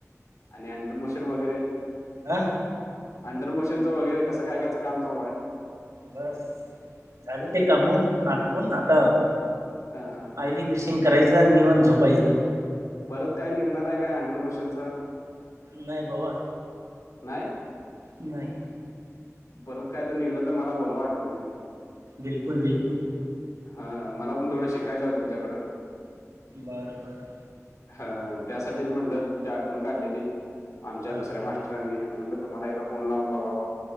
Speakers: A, on the left; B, on the right.
A: आणि अंडर मोशन वगैरे.
B: आ,
A: अंडरमोशनंच वगैरे कस काय काम चालू आहे?
B: बस, झालं ते कामं, आठपुण आताऽ
A: ह हा,
B: आयलिंग, ग्रिसींग करायंच आणि निवांत झोपायचं.
A: परत काय निघणार आहे काय अंडर मोशनचं?
B: नाही बावा.
A: नाही.
B: नाही.
A: बरत काय तर निघलं तर मला बोलवा आठवणीनं.
B: बिलकुल बिलकुल.
A: हा, मला पण थोडं शिकायचंय ओ तुमच्याकडून.
B: बरं बरं.
A: हा त्यासाठीच म्हणलं तुमच्या आठवण काढलेली आमच्या
B: हा
A: दुसऱ्या मा म्रांनी म्हटलं तुम्हाला एकदा फोन लावून बघा